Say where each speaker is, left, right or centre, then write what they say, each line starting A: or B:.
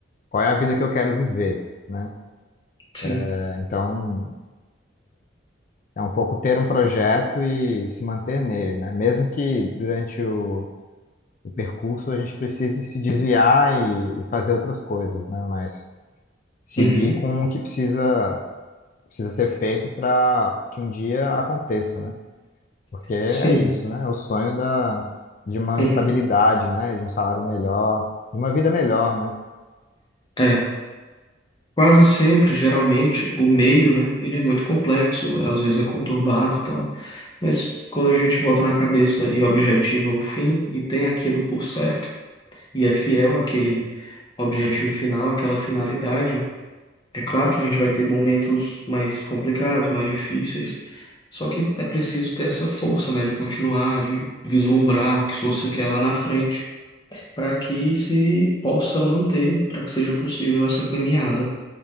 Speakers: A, on the left; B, on the left.
A: qual é a vida que eu quero viver, né?
B: Sim.
A: É, Então, é um pouco ter um projeto e se manter nele, né? Mesmo que durante o, o percurso a gente precise se desviar e, e fazer outras coisas, né? Mas seguir
B: Uhum.
A: com o que precisa, precisa ser feito para que um dia aconteça, né? Porque é
B: Sim.
A: isso, né? É o sonho da, de uma
B: Uhum.
A: estabilidade, né? De um salário melhor, de uma vida melhor, né?
B: É. Quase sempre, geralmente, o meio, né? Ele é muito complexo, às vezes é conturbado e tal. Mas quando a gente bota na cabeça e objetiva o fim e tem aquilo por certo e é fiel àquele objetivo final, àquela finalidade, é claro que a gente vai ter momentos mais complicados, mais difíceis. Só que é preciso ter essa força, né? De continuar, de vislumbrar o que você quer lá na frente, para que se possa manter, para que seja possível essa caminhada.